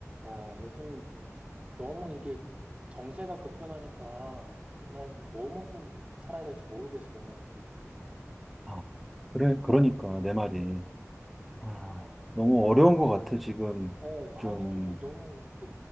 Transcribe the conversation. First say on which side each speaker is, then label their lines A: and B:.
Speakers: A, on the right (about 25°); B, in the centre.
A: 야, 요즘 너무 이게 정세가 급변하니까 나 이제 뭐 먹고 살아야 될지 모르겠어.
B: 아, 그래, 그러니까, 내 말이. 아,
A: 아,
B: 너무 어려운 것 같아, 지금.
A: 어, 환율도
B: 좀,
A: 너무 이렇게